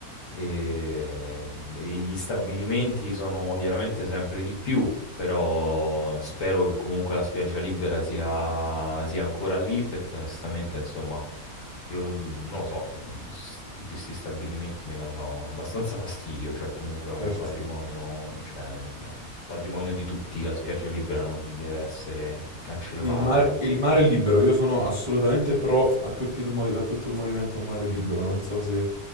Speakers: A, on the left (about 55°); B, on the right (about 35°).
A: eh, e gli stabilimenti sono chiaramente sempre di più però spero che comunque la spiaggia libera sia, sia ancora lì perché onestamente, insomma, lo- non lo so, s- tutti questi stabilimenti mi danno abbastanza fastidio, cioè comunque è un
B: Certo.
A: patrimonio, cioè è un patrimonio di tutti, la spiaggia libera non deve essere cancellata,
B: Il mare,
A: ecco.
B: il mare libero, io sono assolutamente pro a, tutti il movi- a tutto il movimento mare libero, non so se...